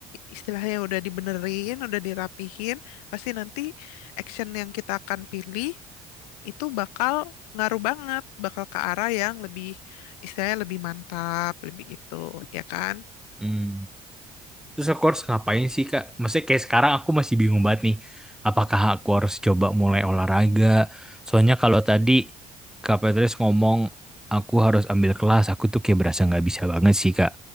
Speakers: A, on the left (about 80°); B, in the centre.
A: istilahnya udah dibenerin, udah dirapihin, pasti nanti action yang kita akan pilih itu bakal ngaruh banget, bakal ke arah yang lebih istilahnya lebih mantap, lebih itu, ya kan?
B: loh. Terus aku harus ngapain sih Kak? Maksudnya kayak sekarang aku masih bingung banget nih. Apakah aku harus coba mulai olahraga? Soalnya kalau tadi Kak Petrus ngomong aku harus ambil kelas, aku tuh kayak berasa nggak bisa banget sih Kak.